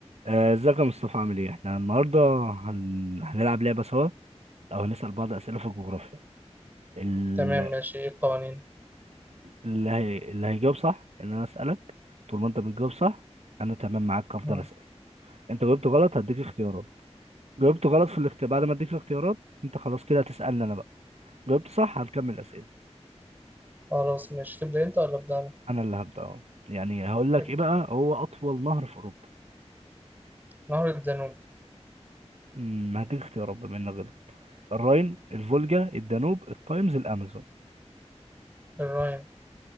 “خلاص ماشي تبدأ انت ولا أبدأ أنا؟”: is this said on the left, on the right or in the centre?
Right